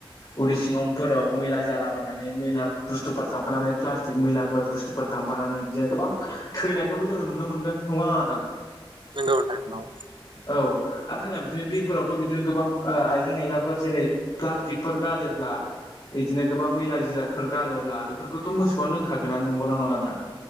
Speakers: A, on the left (about 45°); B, on the right (about 65°).
A: उरै सिङावफोराव मैला जालाबायनानै मैला बुस्थुफोर थांफानानै प्लास्टिक मैलाफोर बुस्थुफोर थांफानानै बिदिनो गोबां। थैनायखौबो जोङो नुनो मोनगोन नङादां
B: नंगौ नोंथां नंगौ।
A: औ आरो जोंहा बिदिनो दैफोरावथ' बिदिनो गोबां आइजें आयलाफोर जेरै प्लास्टिकफोर गारोब्ला। बिदिनो गोबां मैला जिरादफोर गारोब्ला बेफोरखौथ' मोसौआ लोंखागोनना नंगौना नङा नोंथां।